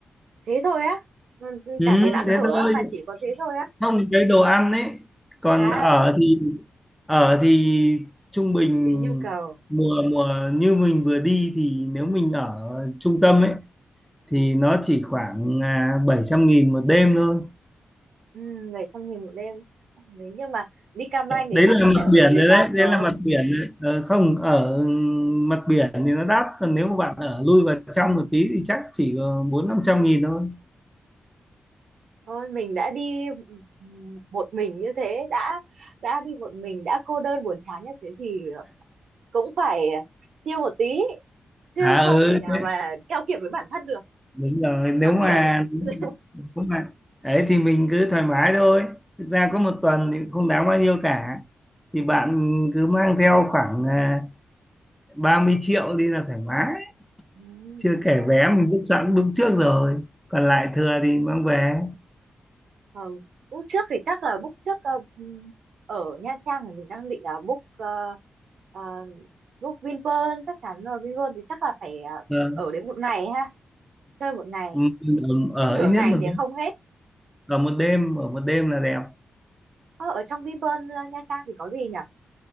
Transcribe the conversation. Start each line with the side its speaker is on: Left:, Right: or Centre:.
Right: thế thôi á? Ừ,
Centre: Ừ,
Right: Cả tiền ăn
Centre: thế
Right: ở
Centre: thôi.
Right: á mà chỉ có thế thôi á?
Centre: Không cái đồ ăn ấy. Còn
Right: À,
Centre: ở
Right: ừ,
Centre: thì ở thì trung bình
Right: tùy nhu cầu.
Centre: mùa mùa như mình vừa đi thì nếu mình ở trung tâm ấy thì nó chỉ khoảng à, 700 nghìn một đêm thôi.
Right: Ừ, 700 nghìn một đêm. Ừ, Nếu như mà đi Cam Ranh thì
Centre: đấy
Right: chắc
Centre: là
Right: là
Centre: mặt
Right: phải ở
Centre: biển
Right: cái resort
Centre: rồi đấy đấy
Right: rồi.
Centre: là mặt biển rồi. Ờ, không ở mặt biển thì nó đắt còn nếu mà bạn ở lui vào trong một tí thì chắc chỉ có bốn năm trăm nghìn thôi
Right: thôi mình đã đi một mình như thế đã đã đi một mình đã cô đơn buồn chán như thế thì cũng phải chill một tí chứ
Centre: à
Right: không
Centre: ừ
Right: thể nào
Centre: thế,
Right: mà keo kiệt với bản thân được
Centre: đúng rồi nếu
Right: mặt
Centre: mà
Right: biển <laughs>
Centre: nếu mà đấy thì mình cứ thoải mái thôi thực ra có một tuần thì cũng không đáng bao nhiêu cả thì bạn cứ mang theo khoảng à, 30 triệu đi là thoải mái
Right: Ừ,
Centre: chưa
Right: thoải
Centre: kể
Right: mái
Centre: vé
Right: rồi.
Centre: mình book sẵn book trước rồi còn lại thừa thì mang về
Right: Ờ, Lúc trước thì chắc là book trước ờ, ừm, ở Nha Trang thì mình đang định là book ờ, ờ, book Vinpearl chắc chắn rồi Vinpearl thì chắc là phải ờ,
Centre: Ờ,
Right: ở đến một ngày ha chơi một ngày
Centre: ừ, ở,
Right: trên
Centre: ở
Right: nửa
Centre: ít nhất
Right: ngày
Centre: một
Right: thì không hết
Centre: ở một đêm ở một đêm là đẹp
Right: ờ, ở trong Vinpearl ờ, Nha Trang thì có gì nhỉ